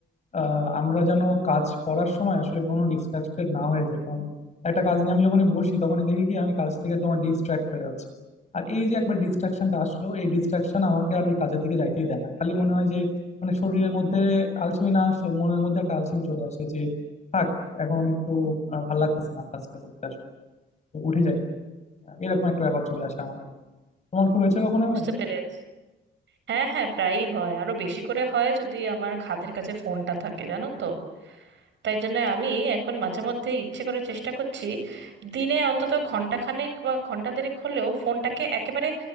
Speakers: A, on the left; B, on the right.
A: আহ, আমরা যেন কাজ করার সময় আসলে কোনো ডিস্ট্রাক্টেড না হয়ে যায় কারণ একটা কাজ নিয়ে আমি যখনই বসি তখনই দেখি কি আমি কাজ থেকে তোমার ডিস্ট্রাক্ট হয়ে যাচ্ছি আর এই যে একবার ডিস্ট্রাকশনটা আসলো এই ডিস্ট্রাকশন আমাকে আর ওই কাজের দিকে যাইতেই দেয় না খালি মনে হয় যে মানে শরীরের মধ্যে আলসেমি না আসে মনের মধ্যে একটা আলসেমি চলে আসে যে থাক এখন একটু আহ, ভাল লাগতেছে না কাজটা করতে আসলে তো উঠে যাই আহ, এরকম একটা ব্যাপার চলে আসে আমার মধ্যে তোমার কি হয়েছে কখনো
B: বুঝতে
A: এমন
B: পেরেছি হ্যাঁ হ্যাঁ প্রায়ই হয় আরো বেশি করে হয় যদি আমার হাতের কাছে ফোনটা থাকে জানো তো তাই জন্য আমি এখন মাঝে মধ্যে ইচ্ছে করে চেষ্টা করছি দিনে অন্তত ঘন্টাখানেক বা ঘন্টা দেড়েক হলেও ফোনটাকে একেবারে